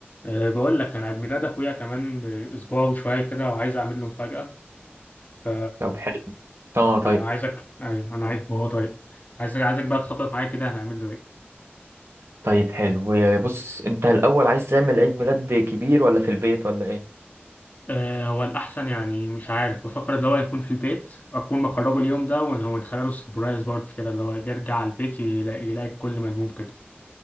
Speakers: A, on the left (about 40°); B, on the right (about 80°).
A: أه بقول لك انا عيد ميلاد اخويا كمان آه، اسبوع وشويه كده وعايز اعمل له مفاجاه ف
B: طب حلو اه طيب
A: انا عايزك ايوه انا عارف هو طيب عايزك عايزك بقى تخطط معايا كده هنعمل له ايه
B: طيب حلو يا بص انت الاول عايز تعمل عيد ميلاد كبير ولا في البيت ولا ايه
A: أه هو الاحسن يعني مش عارف بفكر اللي هو يكون في البيت اكون مخرجه اليوم ده ونخلي له سربرايز بارتي كده اللي هو يرجع البيت يلاقي, يلاقي كل ملموم كده